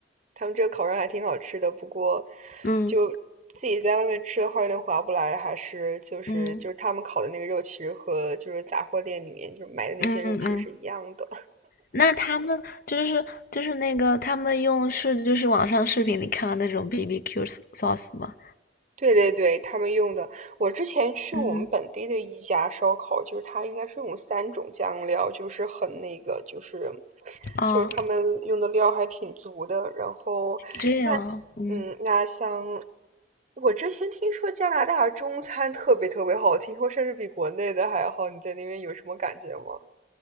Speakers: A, on the right; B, on the left.
A: 他们这个烤肉还挺好吃的，不过
B: 嗯
A: 就自己在外面吃的话有点划不来，还是就是就是他们烤的那个肉，
B: 嗯
A: 其实和就是杂货店里面就买的那些肉其实是一样的。
B: 嗯嗯，那他们就是就是那个他们用是就是网上视频里看到那种 BBQ sauce 吗？
A: 对对对，他们用的，我之前去我们本地的一家烧烤，
B: 嗯，
A: 就是它应该是用三种酱料，就是很那个，就是
B: 哦，
A: 就是他们用的料还挺足的。然后那
B: 这样，嗯
A: 嗯，那像我之前听说加拿大中餐特别特别好，听说甚至比国内的还好。你在那边有什么感觉吗？